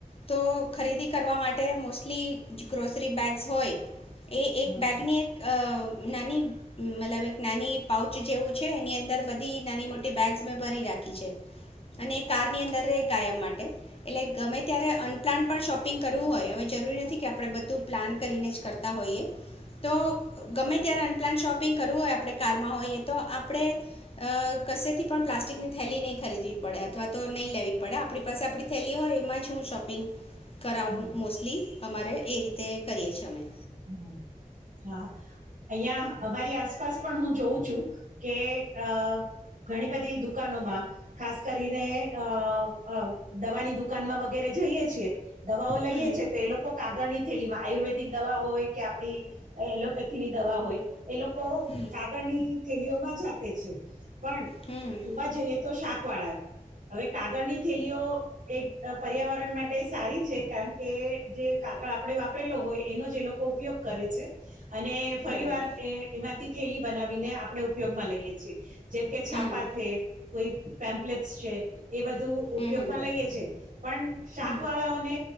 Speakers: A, on the left; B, on the right.
A: તો ખરીદી કરવા માટે મોસ્ટલી ગ્રોસરી બેગ્સ હોય એ એક
B: હમ
A: બેગની એક અ નાની મતલબ એક નાની પાઉચ જેવો છે. એની અંદર બધી નાની મોટી બેગસ મેં ભરી રાખી છે. અને કારની અંદર ર કાયમ માટે. એટલે ગમે ત્યારે અનપ્લાન્ટ પણ શોપિંગ કરવું હોય હવે જરૂરી નથી કે આપણે બધું પ્લાન કરીને જ કરતા હોઈએ, તો ગમે ત્યારે અનપ્લાન શોપિંગ કરવું હોય આપણે કારમાં હોઈએ તો આપ આપડે કશેથી પણ પ્લાસ્ટિકની થેલી નહી ખરીદવી પડે અથવા તો નહી લેવી પડે આપણી પાસે આપડી થેલી હોય, એમાં હું શોપિંગ કરઉ
B: હમ,
A: મોસ્ટલી. અમારે એ રીતે કરીએ છીએ અમે.
B: હ હા અહિયાં અમારી આસપાસ પણ હું જોઉં છું કે અ ઘણી બધી દુકાનોમાં ખાસ કરીને અ અ દવાની દુકાનમાં વગેરે જઈએ છીએ. દવાઓ લઈએ
A: હમ
B: છે તો એ લોકો કાગળ ની ઘેલી વા આયુર્વેદિક દવા હોય કે આપડી એલોપેથીની દવા હોય એ લોકો
A: હમ
B: કાગળની થેલીઓમાં જ આપે છે. પણ
A: હમ
B: ઉમા જઈએ તો શાક વાળ હવે કાગળની થેલીઓ એક પર્યાવરણ માટે સારી છે, કારણ કે જે કાગળ આપણે વાપરેલો હોય એનો જ લોકો ઉપયોગ કરે છે. અને ફરી
A: બરાબર
B: વાર એ એમાં થી થેલી બનાવીને આપણે ઉપયોગમાં લઈએ છીએ જેમ કે છાપા
A: હમ
B: છે, કોઈ પેમ્પલેટસ છે. એ બધું
A: હમ
B: ઉપયોગમાં
A: હમ
B: લઈએ છે, પણ શાક
A: હમ
B: વાળાઓને